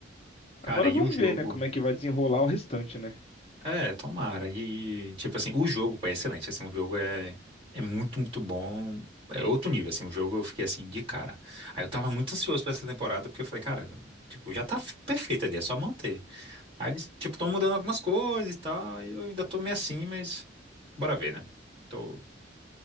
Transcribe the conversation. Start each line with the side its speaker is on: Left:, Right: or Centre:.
Left: Agora
Right: Cara, e
Left: vamos
Right: o jogo?
Left: ver, né, como é que vai desenrolar o restante, né?
Right: É, tomara. E, tipo assim, o jogo, pô, é excelente. Assim, o jogo é, é muito, muito bom. É outro nível, assim. O jogo eu fiquei, assim, de cara. Aí eu tava muito ansioso pra essa temporada, porque eu falei, cara, tipo, já tá f- perfeito ali, é só manter. Aí eles, tipo, tão mudando algumas coisas e tal, e eu ainda tô meio assim, mas bora ver, né? Tô...